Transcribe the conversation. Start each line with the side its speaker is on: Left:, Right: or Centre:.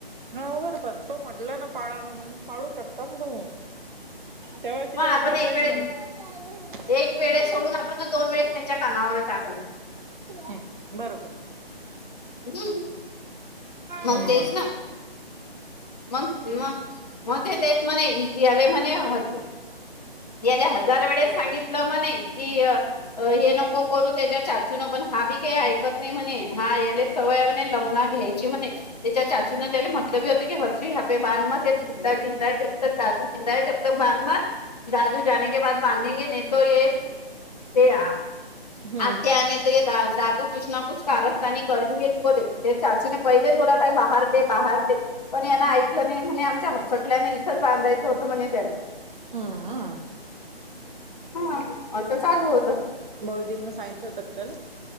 Right: हा बर बर तो म्हटला ना पाळा म्हणून मग पाडू शकता ना तुम्ही. तेव्हाची
Left: मग
Right: त्या्हा
Left: आपण एक वेळे
Right: <unintelligible>
Left: एक वेळेस सोडून आपण दोन वेळेस त्यांच्या कानावर टाकल.
Right: हं. बरोबर.
Left: हम्. मग
Right: हम्म
Left: तेच ना. मग मग मग ते तेच <unintelligible> याले म्हणे ह द याले हजार वेळे सांगितलं म्हणे कि अ हे नको करू त्याच्या चाचूनं पण. हा बी काही आय -- कत नाही म्हणे हा याले सवय म्हणे लमना घ्यायची म्हणे. त्याच्या चाचू न त्याला मटलब होते की हर्ष हापे <unintelligible> मत जिंदा जिंदा जब तक सादू जिंदा आहे तब तक बांध मगं. दादू जाने के बाध बांधेंगे नही तो ये तेरा.
Right: हम्म
Left: आ त्याने येत दादू कुछ ना कुछ कारस्थानी करेगे. बोले ते चाचूने पहिलेच बोलाता. बाहेर दे. बाहेर दे. पण याना ऐकलं नाही म्हणे आमच्या हलचटल्याने इथंच बांधायचं होतं म्हणे त्यां --
Right: हम्म.
Left: हा. असं चालू होत.
Right: भाऊजींना सांगितलं होतं तर